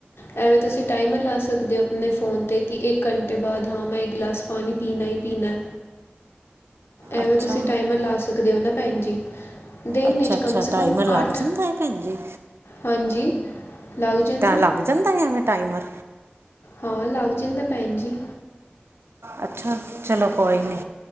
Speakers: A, on the left; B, on the right.
A: ਐਵੇਂ ਤੁਸੀਂ ਟਾਈਮਰ ਲਾ ਸਕਦੇ ਹੋ ਆਪਣੇ ਫ਼ੋਨ 'ਤੇ, ਕਿ ਇੱਕ ਘੰਟੇ ਬਾਅਦ ਹਾਂ ਮੈਂ ਇਕ ਗਲਾਸ ਪਾਣੀ ਪੀਣਾ ਹੀ ਪੀਣਾ। ਐਵੇਂ
B: ਅੱਛਾ
A: ਤੁਸੀਂ ਟਾਈਮਰ ਲਾ ਸਕਦੇ ਹੋ ਨਾ, ਭੈਣ ਜੀ। ਦਿਨ
B: ਅੱਛਾ ਅੱਛਾ
A: ਕਮ ਸੇ
B: ਟਾਈਮਰ
A: ਕਮ
B: ਲੱਗ
A: ਅੱਠ।
B: ਜਾਂਦਾ ਹੈ ਭੈਣ ਜੀ
A: ਹਾਂਜੀ। ਲੱਗ ਜਾਂਦਾ
B: ਤਾਂ ਲੱਗ ਜਾਂਦਾ ਐਵੇਂ ਟਾਈਮਰ?
A: ਹਾਂ, ਲੱਗ ਜਾਂਦਾ ਭੈਣ ਜੀ।
B: ਅੱਛਾ। ਚਲੋ ਕੋਈ ਨਹੀਂ,